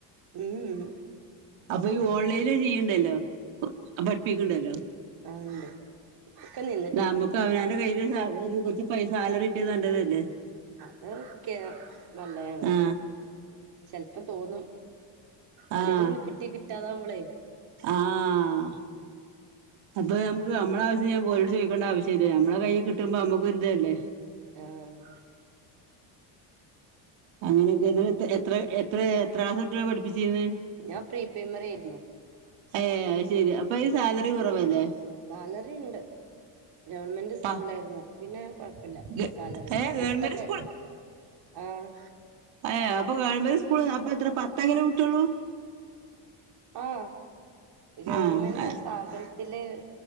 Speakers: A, on the right (about 55°); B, on the right (about 75°).
A: ഉംഉം
B: അപ്പൊ ഈ ഓൺലൈനിൽ ചെയ്ണ്ടല്ലോ പഠിപ്പിക്കണ്ടല്ലോ
A: ആഹ്‌ ഉണ്ട് ഒക്കെ നിന്ന്
B: താ നമ്മക്ക് അവനാൻ്റെ കയ്യില് കൊറച്ച് പൈസ സാലറിട്യ നല്ലതല്ലെ
A: അതൊക്കെ നല്ലതാണ്
B: ആ
A: ചെലപ്പം തോന്നും ഓലെക്കെന്ന്
B: ആഹ്
A: കിട്ടി കിട്ടാതാവുമ്പളേ
B: ആഹ് അപ്പൊ ഞമ്മക്ക് ഞമ്മള ആവശ്യം ഓലോട് ചോയിക്കണ്ട ആവശ്യല്ല നമ്മള കൈയ് കിട്ടുമ്പോ ഞമ്മക്കൊര് ഇതല്ലെ
A: ഏഹ്
B: അങ്ങനൊക്കെ എ എത്ര എത്ര എത്രാ കുട്ടേളെ പഠിപ്പിച്ചിന്യ
A: ഞാൻ പ്രീ പ്രൈമറിയാരുന്നു
B: ഏഹ് അയ് ശരി അപ്പം ഇ സാലറി കുറവല്ലേ
A: സാലറി ഉണ്ട് ഗവൺമെന്റ് സ്കൂളിലായിരുന്നു
B: പ
A: അപ്പൊ പിന്നെ കൊഴപ്പല്ല
B: ഗ-
A: സാലറിണ്ട്
B: ഏ ഗവൺമെന്റ്
A: എട്ടൊക്കെ ആഹ്
B: ഏഹ് അപ്പൊ ഗവൺമെന്റ് സ്കൂള് അപ്പ എത്ര പത്തൊക്കല്ലെ കിട്ടൊള്ളു
A: ആഹ് ഗവൺമെന്റ്
B: ആ ആ
A: സ്ഥാപൻ ത്തില്